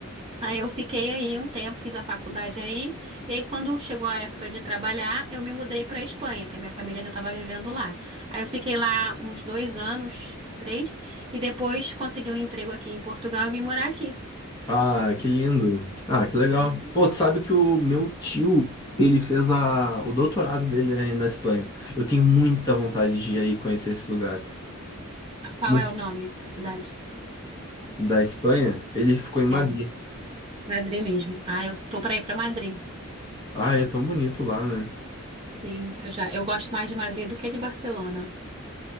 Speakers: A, on the right (about 25°); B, on the left (about 20°).
A: Aí eu fiquei aí um tempo, fiz a faculdade aí, e aí quando chegou a época de trabalhar, eu me mudei para a Espanha, que a minha família já estava vivendo lá. Aí eu fiquei lá uns dois anos, três, e depois consegui um emprego aqui em Portugal e vim morar aqui.
B: Ah, que lindo. Ah, que legal.
A: Uhum.
B: Pô, tu sabe que o meu tio, ele fez a, o doutorado dele aí na Espanha. Eu tenho muita vontade de ir aí conhecer esse lugar.
A: Qual
B: Hum.
A: é o nome da cidade?
B: Da Espanha, ele ficou em Madrid.
A: É, Madrid mesmo. Ah, eu tô para ir para Madrid.
B: Ah, é tão bonito lá, né? <laughs>
A: Sim, eu já, eu gosto mais de Madrid do que de Barcelona.